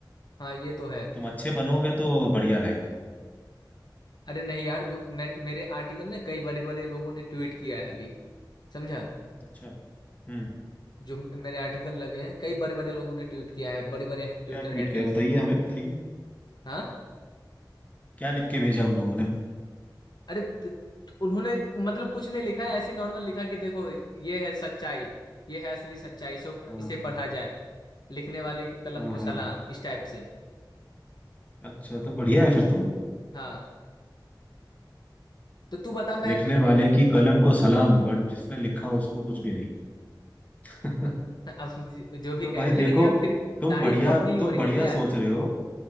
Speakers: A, on the left; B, on the left.
A: हाँ ये तो है
B: तुम अच्छे बनोगे तो बढ़िया रहेगा
A: अरे नहीं यार जो मे, मेरे आर्टिकल ने कई बड़े बड़े लोगों ने ट्वीट किया है अभी समझा
B: अच्छा हम्म
A: जो मेरे आर्टिकल लगे हैं कई बड़े बड़े लोगों ने ट्वीट किया है बड़े बड़े ट्विटर
B: क्या ट्वीट
A: हैंडल
B: किया बताइए
A: से
B: हमें बताइए
A: हाँ
B: क्या लिख के भेजा उन लोगों ने
A: अरे त- उन्होंने मतलब कुछ नहीं लिखा है ऐसे नॉर्मल लिखा कि देखो ये है सच्चाई ये है असली सच्चाई इसे
B: हाँ
A: इसे पढ़ा जाए लिखने वाले की कलम
B: हाँ
A: को
B: हाँ
A: सलाम
B: हाँ।
A: इस टाइप से
B: अच्छा तो बढ़िया है फिर तो
A: हाँ तो तू बता मैं
B: लिखने वाले की कलम को सलाम बट जिसने लिखा उसको कुछ भी नहीं <laughs>
A: <laughs> अब जो भी
B: तो
A: कह
B: भाई
A: रहे हो लेकिन
B: देखो
A: यार फिर
B: तुम
A: तारीफ
B: बढ़िया
A: तो अपनी ही हो
B: तुम
A: रही
B: बढ़िया
A: है ना यार
B: सोच रहे हो